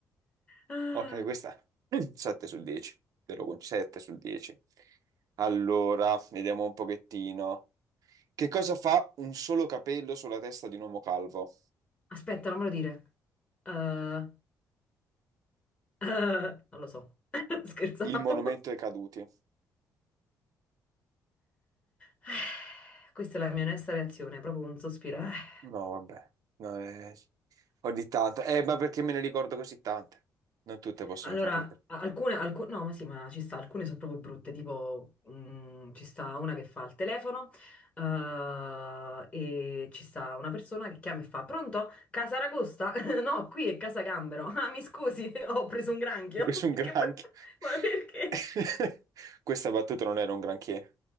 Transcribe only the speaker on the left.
Ah.
Aspetta, non me lo dire. Ah, ah, non lo so, <laughs> scherzavo.
<sighs> Eh, Questa è la mia onesta reazione, proprio un sospiro. <sighs> eh.
Allora,
a- alcune, alcu- no, ma sì, ma ci sta, alcune sono proprio brutte, tipo mm, ci sta una che fa il telefono eh, e ci sta una persona che chiama e fa, pronto? Casa Ragosta? <laughs> No, qui è Casa Gambero. Ah, mi scusi, <laughs> ho preso un granchio.
<laughs> Ma
che vuoi- ma perché?